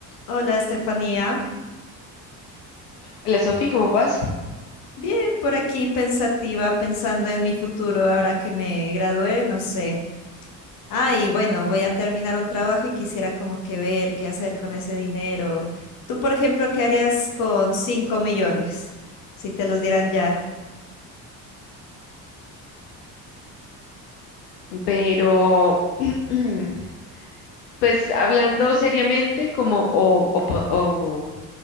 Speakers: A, on the left; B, on the left.
A: Hola, Estefanía.
B: Hola Sofi, ¿cómo vas?
A: Bien, por aquí pensativa, pensando en mi futuro ahora que me gradué, no sé. Ah, y bueno, voy a terminar un trabajo y quisiera como que ver qué hacer con ese dinero. Tú, por ejemplo, ¿qué harías con 5 millones? Si te los dieran ya.
B: Pero, <clears throat> pues hablando seriamente como o, o po- o